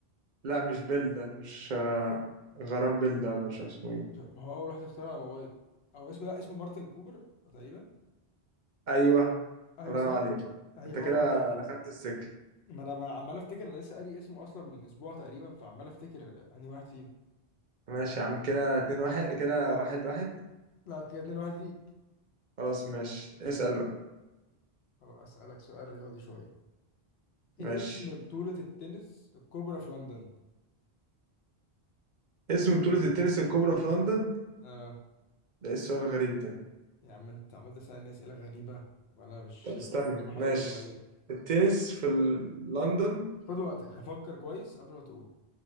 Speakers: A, on the right (about 55°); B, on the left (about 85°).
A: لا مش بيل ده مش آه غرام بيل ده ولا مش عارف اسمه ايه
B: مش- ما هو اول واحد اخترع على الموبايل او اسمه لا اسمه مارتن كوبر تقريبا
A: ايوه
B: ايوه
A: الله
B: صح
A: ينور عليك
B: ايوه
A: انت كده
B: هو مارتن كوبر
A: دخلت السكة
B: ما انا ما- عمال افتكر انا لسه قاري اسمه اصلا من اسبوع تقريبا فعمال افتكر انهي واحد فيهم
A: ماشي يا عم كده اتنين واحد كده واحد واحد
B: لا كده 2 واحد ليك
A: خلاص ماشي اسأل بقى
B: خلاص اسالك سؤال رياضي شويه ايه
A: ماشي
B: اسم بطوله التنس الكبرى في لندن
A: اسم بطولة التنس الكبرى في لندن
B: اه
A: ده ايه السؤال الغريب ده
B: يا عم انت عمال تسالني اسئله غريبه وانا مش
A: طب استنى
B: انا بحاول
A: ماشي
B: ارد عليك
A: التنس في ال- لندن
B: خد وقتك يعني فكر كويس قبل ما تقول